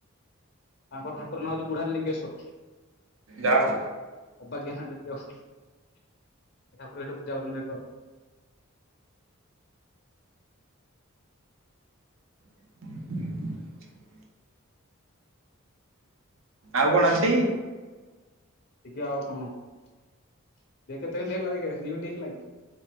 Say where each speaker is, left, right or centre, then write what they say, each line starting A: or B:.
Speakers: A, on the left (about 50°); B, on the right (about 70°).
A: ତାଙ୍କ ଠାକୁର ନାଁ ହଉଚି ବୁଢା ଲିଙ୍ଗେଶ୍ୱର।
B: ଯାହଉ।
A: ଅବାଗିଆ ନାଁ ଟା ଟିକେ ଆଉ ହେ ଠାକୁର ହେଠେ ପୂଜା କରୁଚନ୍ତି ହେଠୁ ଆଉ।
B: <inaudible> ଆଉ କଣ ହେତିକି?
A: ହେତିକି ଆଉ କଣ ଦେ କେତେ ମିଣ୍ଟି ହେଲା ଦେଖେ ଦି ମିଣ୍ଟି ହେଇଗଲାକି?